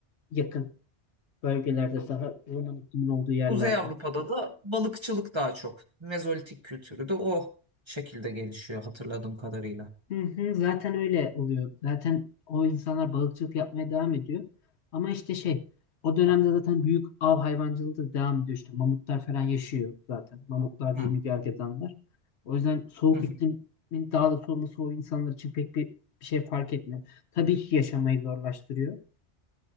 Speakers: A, on the left; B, on the right.
A: yakın bölgelerde daha Roman iklimin olduğu yerlerde.
B: Kuzey Avrupa'da da balıkçılık daha çok. Mezolitik kültürü de o şekilde gelişiyor hatırladığım kadarıyla.
A: Hı hı, zaten öyle oluyor. Zaten o insanlar balıkçılık yapmaya devam ediyor. Ama işte şey, o dönemde zaten büyük av hayvancılığı da devam ediyor. İşte mamutlar falan yaşıyor zaten. Mamutlar,
B: Hı.
A: yünlü gergedanlar. O yüzden soğuk
B: Hı hı.
A: iklimin daha da soğuması o insanlar için pek bir, bir şey fark etmiyor. Tabii ki yaşamayı zorlaştırıyor